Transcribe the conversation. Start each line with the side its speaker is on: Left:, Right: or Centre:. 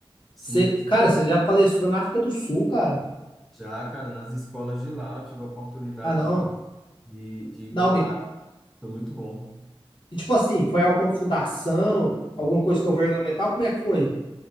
Centre: Sim,
Left: Você, cara, você já palestrou na África do Sul, cara?
Centre: já, cara, nas escolas de lá eu tive a oportunidade
Left: Ah, não.
Centre: de, de, de ir
Left: Não,
Centre: para
Left: me...
Centre: lá Foi muito bom.
Left: e, tipo assim, foi alguma fundação, alguma coisa governamental? Como é que foi?